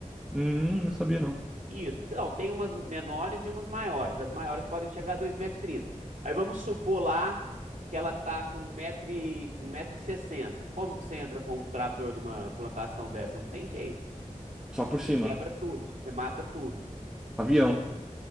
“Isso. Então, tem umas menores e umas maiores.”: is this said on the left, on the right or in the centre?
Right